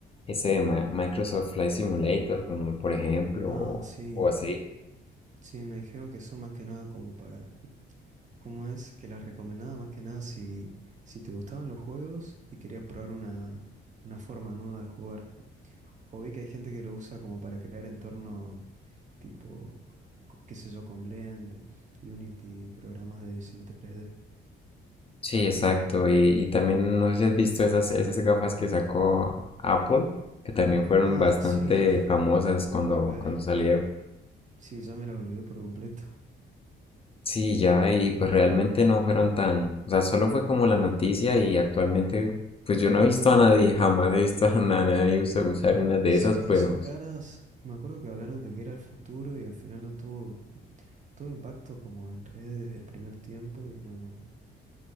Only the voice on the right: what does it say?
Ah,
sí,
sí, me dijeron que son más que nada como para ¿Cómo es que las recomendaba más que nada si, si te gustaban los juegos y querías probar una, una forma nueva de jugar? O vi que hay gente que lo usa como para crear entornos tipo, co- qué sé yo, con Blender, Unity, programas de edición 3D.
Ah,
sí,
<laughs>
pues
sí, ya me los olvidé por completo.
Sí,
es
que son caras. Me acuerdo que hablaron de que era el futuro y al final no tuvo todo impacto como en redes del primer tiempo y no.